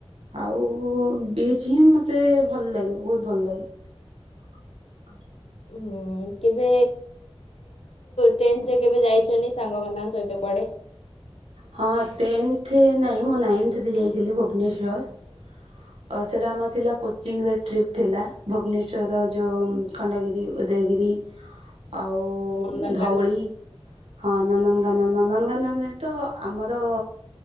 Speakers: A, on the right (about 80°); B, on the left (about 85°).
A: ଆଉ ବିଚ ହିଁ ମତେ ଭଲ ଲାଗେ ବହୁତ ଭଲ ଲାଗେ।
B: ହଁ କେବେ ଟେନଥ ଏ ଯାଇଛନ୍ତି ସାଙ୍ଗ ମାନଙ୍କ ସହିତ କୁଆଡେ?
A: ହଁ ଟେନ୍ଥ ନାହିଁ ମୁଁ ନାଇନ୍ଥରେ ଯାଇଥିଲି ଭୁବନେଶ୍ୱଵର ସେଇଟା ଆମର ଥିଲା କୋଚିଂରେ ଟ୍ରିପ୍ ଥିଲା ଭୁବନେଶ୍୍ୱରର ଯେଉ ଖଣ୍ଡଗିରି ଉଦୟଗିରି। ଆଉ
B: ନନ୍ଦନକାନନ
A: ଧଉଳି ହଁ ନନ୍ଦ କାନନ ନନ୍ଦନକାନନ ନୁହେଁ ତ। ଆମର